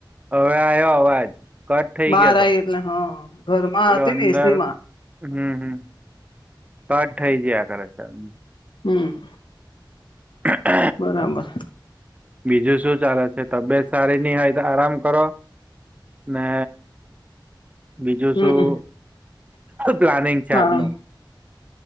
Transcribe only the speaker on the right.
હવે આવ્યો અવાજ, કટ થઈ
ગયો હતો,
પેલો
અંદર
હમ્મ, હમ્મ કટ થઇ જિયા કરે કિયારનું
હા
બીજું શું ચાલે છે, તબિયત સારી ની હોય તો આરામ કરો? ને બીજું
શું પ્લાનિંગ છે,
આજનું?